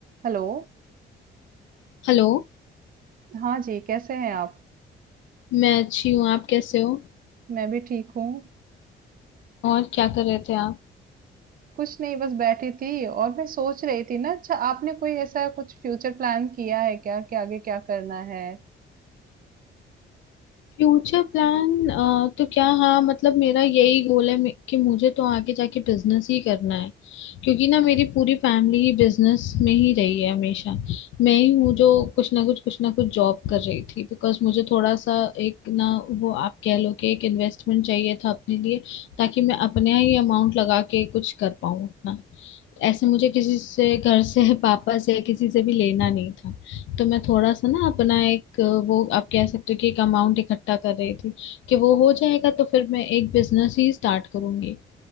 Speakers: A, on the right; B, on the left.
A: Hello
B: Hello
A: हाँ जी कैसे हैं आप
B: मैं अच्छी हूँ आप कैसे हो
A: मैं भी ठीक हूँ
B: और क्या कर रहे थे आप
A: कुछ नहीं बस बैठी थी और मैं सोच रही थी ना अच्छा आपने कोई ऐसा कुछ फ्यूचर प्लान किया है क्या कि आगे क्या करना है
B: फ्यूचर प्लान तो क्या हाँ मतलब मेरा यही गोल है मे- कि मुझे तो आगे जाके बिजनेस ही करना है क्योंकि ना मेरी पूरी फैमिली ही बिजनेस में ही रही है हमेशा मैं ही हूँ जो कुछ ना कुछ कुछ ना कुछ जॉब कर रही थी बिकॉज मुझे थोड़ा सा एक ना वो आप कह लो कि एक इन्वेस्टमेंट चाहिए था अपने लिए ताकि मैं अपने ही अमाउंट लगा के कुछ कर पाऊँ अपना ऐसे मुझे किसी से घर से पापा से किसी से भी लेना नहीं था तो मैं थोड़ा सा ना अपना एक वो आप कह सकते हो कि एक अमाउंट इकट्ठा कर रही थी कि वो हो जाएगा तो फिर मैं एक बिजनेस ही स्टार्ट करूंगी